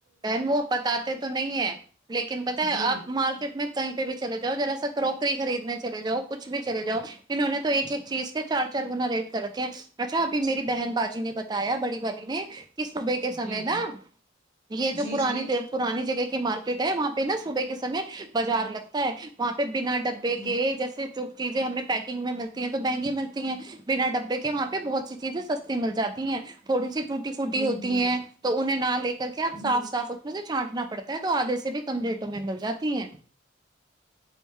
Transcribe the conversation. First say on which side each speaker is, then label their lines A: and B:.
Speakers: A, on the right; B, on the right.
A: بہن وہ بتاتے تو نہیں ہے لیکن بت ہے
B: جی
A: آپ مارکیٹ میں س پہ بھی چل جاؤ جذرا س کروکری خریدنے چل جاؤ کچھ بھی چلے جاؤ اننہوں نے تو ایک ایک چیز کے چار چار گنا ریٹ کر رکھے ہیں اچھا ابھی میری بہن باجی نے بتایا بڑی والی نے ک صبح کے سمے
B: جی جی
A: نا یہ
B: جی
A: جو پرانی
B: جی
A: تھ پرانی جگہ کی مارکیٹ ہے وہاں پہ نا صبح کے سمے بازار لگتا ہے وہاں پہ بنا ڈبے
B: جی
A: کے جیسے جو چیزیں ہمیں پیکنگ میں ملتی ہیں تو مہنگی ملتی ہیں بنا ڈبے کے وہاں پہ بہت سی چیزیں سستی مل جاتی ہیں تھوڑی سی ٹوٹی فوٹی
B: جی
A: ہوتی
B: جی
A: ہیں تو انہیں نہ لے کے کر کے آپ صاف
B: جی
A: صاف اس میں سے چانٹنا پڑتا ہے تو آدھے سے بھی کم ریٹوں میں مل جاتی ہے